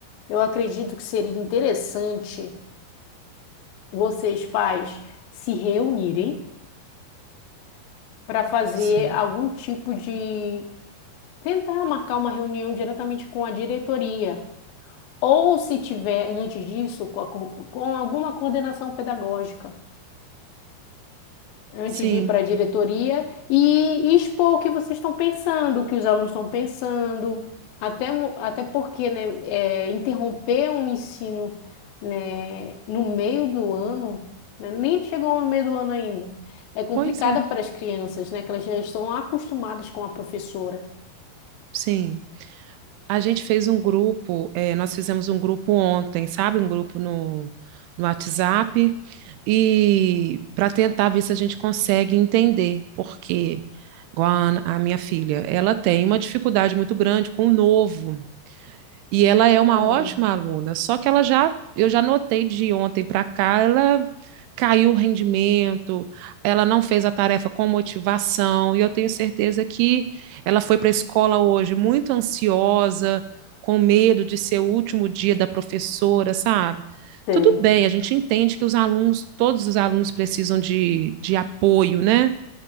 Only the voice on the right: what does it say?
Sim,
sim,
pois é,
sim. a gente fez um grupo, é, nós fizemos um grupo ontem, sabe? Um grupo no, no WhatsApp, e para tentar ver se a gente consegue entender, porque igual a, a minha filha, ela tem uma dificuldade muito grande com o novo. E ela é
uma ótima aluna, só que ela já, eu já notei de ontem para cá, ela caiu o rendimento, ela não fez a tarefa com motivação, e eu tenho certeza que ela foi para a escola hoje muito ansiosa, com medo de ser o último dia da professora, sabe?
Tudo bem, a gente entende que os alunos, todos os alunos precisam de, de apoio, né?